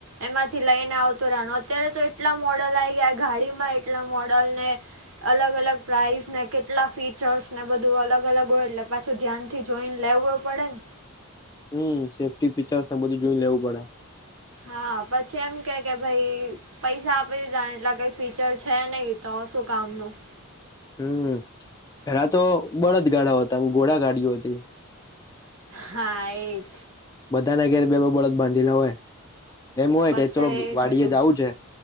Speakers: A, on the right (about 70°); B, on the left (about 15°).
A: એમાંથી લઈને આવતું રહેનું અત્યારે તો એટલા મોડલ આ ગયા ગાડીમાં એટલા મોડલ ને અલગ અલગ પ્રાઇઝ ને કેટલા ફીચર્સ ને બધું અલગ અલગ હોય, એટલે તો ધ્યાનથી જોઈને લેવો પડે ને
B: હમ સેફ્ટી પીચર્સ ને બધું જોઈ લેવું પડે
A: હા, પછી એમ કે કે ભાઈ પૈસા આપી દીધા એટલા કઈ ફીચર છે, નહી તો શું કામ ન
B: હમ પેલા તો બળ જ ગાડા હતા ઘોડા ગાડીઓ હતી.
A: હા એજ.
B: બધાને ઘેર બે બે બળદ બાંધેલા હોય, એમ હોય
A: બધે
B: કે ચલો
A: એ
B: વાડીયે
A: જ હતું
B: જાવું છે.